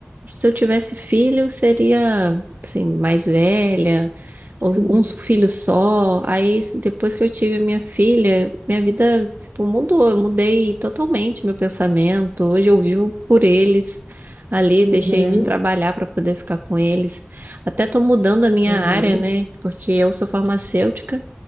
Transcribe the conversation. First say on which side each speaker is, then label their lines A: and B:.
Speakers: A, on the right (about 45°); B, on the right (about 80°).
A: se eu tivesse filho, seria assim, mais velha,
B: Sim.
A: ou um filho só. Aí, assim, depois que eu tive minha filha, minha vida, tipo, mudou. Eu mudei totalmente meu pensamento. Hoje eu vivo por eles ali,
B: Uhum,
A: deixei de trabalhar para poder ficar com eles. Até tô mudando a minha
B: uhum,
A: área, né? Porque eu sou farmacêutica.